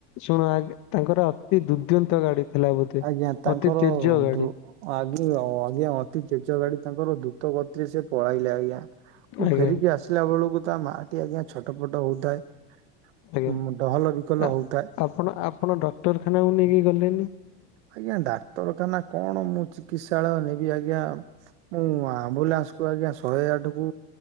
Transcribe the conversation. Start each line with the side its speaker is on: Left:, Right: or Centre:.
Left: ଶୁଣ ଆ ତାଙ୍କର ଅତି ଦୁର୍ଦ୍ଦନ୍ତ ଗାଡି ଥିଲା ବୋଧେ।
Right: ଆଜ୍ଞା ତାଙ୍କର
Left: ଅତି ତେଜ ଗାଡି
Right: ଆ ଆଜ୍ଞା ଅତି ଚେଚ ଗାଡି ତାଙ୍କର ଦୂତ କତିରେ ସେ ପଳାଇଲେ ଆଜ୍ଞା ମୁଁ
Left: ଆଜ୍ଞା
Right: ଫେରିକି ଆସିଲା ବେଳକୁ ତା ମା ଟି ଆଜ୍ଞା ଛୋଟ ପୋଟ ହଉଥାଏ
Left: ଆଜ୍ଞା
Right: ଉଁ, ଡହଲ ବିକଲ ହଉଥାଏ
Left: ଆପଣ ଆପଣ ଡକ୍ଟରଖାନାକୁ ନେଇକି ଗଲେନି
Right: ଆଜ୍ଞା ଡାକ୍ତରଖାନା କଣ ମୁଁ ଚିକିତ୍ସାଳୟ ନେବି ଆଜ୍ଞା ମୁଁ ଆମ୍ବୁଲାନ୍ସ ୁ ଆଜ୍ଞା ଶହେ ଆଠ କୁ